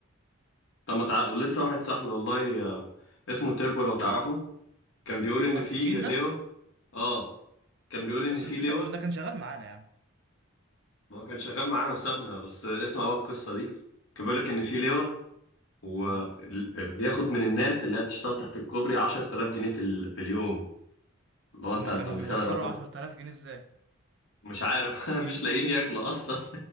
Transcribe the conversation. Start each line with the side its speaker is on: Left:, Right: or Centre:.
Left: طب ما تعرف لسه واحد صاحبي والله آه، اسمه تيربو لو تعرفه كان بيقول ان
Right: اه
Left: في
Right: التخين
Left: لواء
Right: ده
Left: اه كان بيقول ان
Right: بس
Left: في
Right: مش
Left: لواء
Right: ده ما ده كان شغال معانا يا عم
Left: هو كان شغال معانا وسابنا بس اسمع بقى القصة دي كان بيقول لك
Right: ايه
Left: ان في لواء وبياخد
Right: اه
Left: من الناس اللي هي بتشتغل تحت الكوبري 10000 جنيه في, ال... في اليوم لو
Right: هما
Left: انت انت
Right: كانوا
Left: متخيل
Right: بيوفروا
Left: الرقم
Right: 10000 جنيه ازاي
Left: مش عارف <laughs> مش لاقيين ياكلوا اصلا